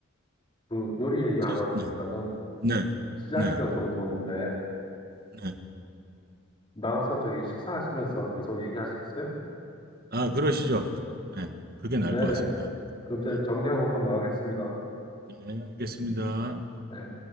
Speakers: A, on the left; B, on the right.
A: 그 요리 얘기하다
B: 실-
A: 보니까는
B: 네. 네.
A: 시장기가
B: 네.
A: 좀 도는데
B: 네.
A: 나가서 저기 식사하시면서 계속 얘기하시겠어요?
B: 아, 그러시죠. 네. 그게 나을
A: 네네.
B: 것 같습니다.
A: 그럼 제가
B: 네.
A: 정리하고 곧 나가겠습니다.
B: 네, 알겠습니다.
A: 네.